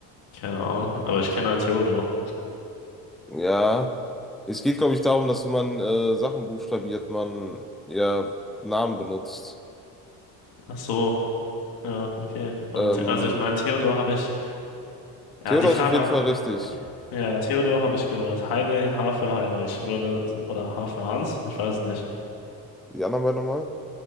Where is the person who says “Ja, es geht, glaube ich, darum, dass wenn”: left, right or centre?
Centre